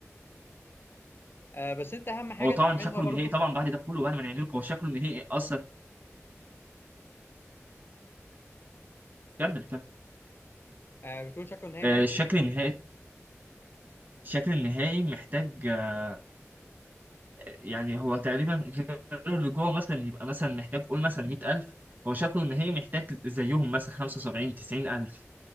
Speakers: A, on the left; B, on the right.
A: آه بس انت اهم حاجه
B: هو طبعا
A: تعملها
B: شكله
A: برضو
B: النهائي طبعا
A: في ال...
B: بعد ده كله بعد ما نعمله هو شكله النهائي أصلا كمل كمل
A: آه بتقول شكله نهائي
B: آه،
A: ماله
B: الشكل النهائي الشكل النهائي محتاج آه، يعني هو تقريبا غير اللي جوه مثلا يبقى مثلا محتاج قول مثلا 100000 هو شكله النهائي محتاج زيهم مثلا 75 90000